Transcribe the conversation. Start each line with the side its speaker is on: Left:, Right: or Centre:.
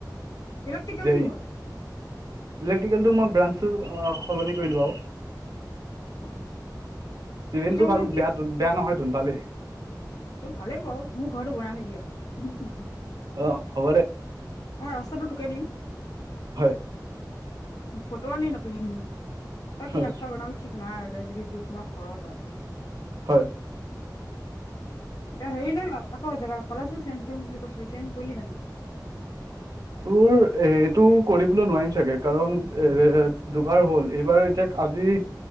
Left: ইলিক্টিকেল
Right: জে
Left: কি
Right: ই
Left: হ'ল?
Right: ইলেক্ট্ৰিকেলটো মই ব্ৰাঞ্চটো সলনি কৰিলোঁ আৰু।
Left: অ
Right: চিভেলটো
Left: এতিয়া মানে
Right: ভাল বেয়াতো বেয়া নহয়তোন ভালেই।
Left: উ, সেইটো ভালেই বাৰু, মোৰ ঘৰৰটো বনাই দিবি আৰু।
Right: অ' হ'ব দে।
Left: অঁ, ৰাস্তাটো তোকে দিম।
Right: হয়।
Left: ফোটনি নকৰিবি, তই
Right: হয়
Left: কি ৰাস্তা বনাবি ঠিক নাই আৰু তই যিখি জোখ-মাখ কৰ তই।
Right: হয়।
Left: তই হেৰি নে ন ' আকৌ জেগা, কলেজটো চেঞ্জ কৰিম বুলি কৈছিলি, চেঞ্জ কৰিলি জানো?
Right: তোৰ এইটো কৰিবলৈ নোৱাৰিম চাগে কাৰণ এ দুবাৰ হ'ল। এইবাৰ এতিয়া আজি